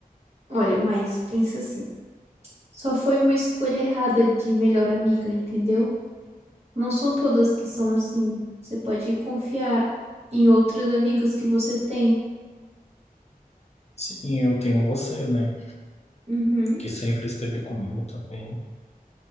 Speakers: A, on the right; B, on the left.
A: olha, mas pensa assim, só foi uma escolha errada de melhor amiga, entendeu? Não são todas que são assim. Você pode confiar em outras amigas que você tem.
B: Sim, eu tenho você, né,
A: Uhum.
B: que sempre esteve comigo também.